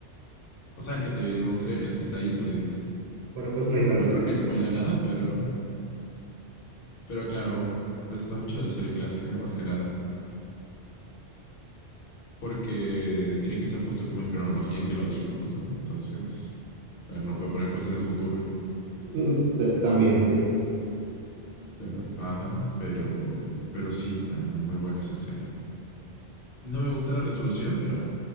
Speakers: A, on the left (about 65°); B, on the right (about 70°).
A: O sea, el que te mostré, el que está ahí es un edit.
B: Bueno, pues no hay tanto.
A: No creo que spoilea nada, pero, pero claro, presenta mucho de la serie clásica, más que nada. Porque tiene que estar puesto como en cronología en que lo dijo, pues, ¿no? Entonces, claro, no puede poner cosas del futuro.
B: Mm, t- También cierto.
A: Claro, ajá, pero, pero sí está muy buena esa escena. No me gusta la resolución, pero bueno,